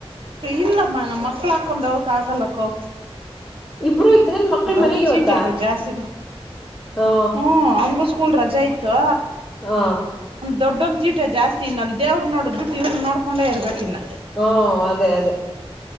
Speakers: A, on the right (about 60°); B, in the centre.
A: ಇಲ್ಲಮ್ಮ ನಮ್ಮ ಮಕ್ಳಾಕೊಂಡು ಹೋಗೋಕೆ ಆಗಲ್ಲಕ್ಕೋ
B: ಬ್ರ ಇದ್ರನ್ ಮಕ್ಕಳ
A: ಅವ್
B: ಮನೆಗೆ ಇವತ್ತಾ
A: ಚೀಟಗ ಜಾಸ್ತಿ
B: ಹಾ
A: ಹ್ಮ್ ಅವನ್ಗೂ ಸ್ಕೂಲ್ ರಜೆ ಇತ್ತು
B: ಹಾ
A: ದೊಡ್ಡೊಂದು ಚೀಟೆ ಜಸ್ ಇ ಅಲ್ಲಿ ದೇವರು ನೋಡೋ ದುಡ್ಡು ಇವರು ನೋಡಕೊಂಡೇ ಇರಬೇಕು ಇನ್ನ
B: ಹಾ ಅದೇ ಅದೇ